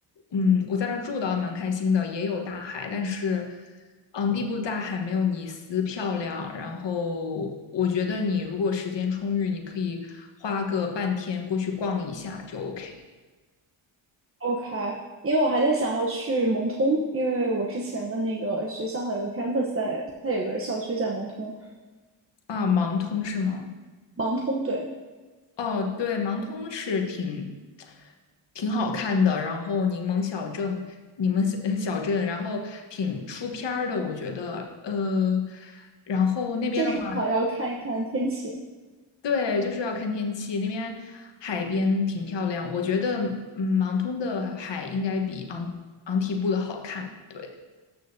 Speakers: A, on the left; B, on the right.
A: 嗯，我在那儿住的蛮开心的，也有大海，但是，昂蒂布的大海没有尼斯漂亮。然后，我觉得你如果时间充裕，你可以花个半天过去逛一下就 OK。
B: OK，因为我还在想要去蒙通，因为我之前的那个学校还有个 campus 在，它有个校区在蒙通，
A: 啊，盲通是吗？
B: 盲通，对，
A: 哦，对，盲通是挺挺好看的，然后柠檬小镇，柠檬小呃小镇，然后挺出片儿的，我觉得，呃，然后那边的话，
B: 就是好要看一看天气。
A: 对，就是要看天气，那边海边挺漂亮，我觉得，嗯，盲通的海应该比昂昂提布的好看，对。